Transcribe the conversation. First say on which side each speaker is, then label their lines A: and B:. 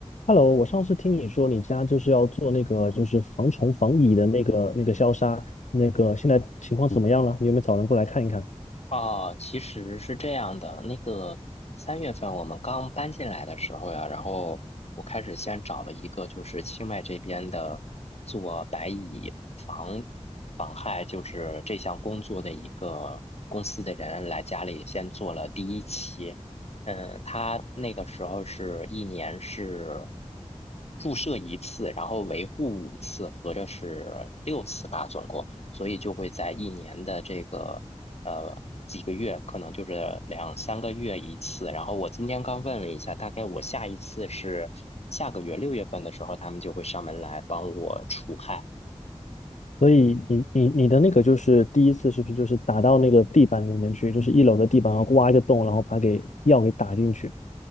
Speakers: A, on the left (about 80°); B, on the left (about 60°).
A: Hello，我上次听你说你家就是要做那个就是防虫防蚁的那个那个消杀，那个现在情况怎么样了？你有没有找人过来看一看？
B: 哦，其实是这样的，那个三月份我们刚搬进来的时候呀，然后我开始先找了一个就是清迈这边的做白蚁防防害，就是这项工作的一个公司的人来家里先做了第一期。嗯，他那个时候是一年是注射一次，然后维护五次，合着是六次吧，总共，所以就会在一年的这个。呃几个月，可能就是两三个月一次。然后我今天刚问了一下，大概我下一次是下个月六月份的时候，他们就会上门来帮我除害
A: 所以你你你的那个就是第一次是不是就是打到那个地板里面去，就是一楼的地板，然后挖一个洞，然后把给药给打进去，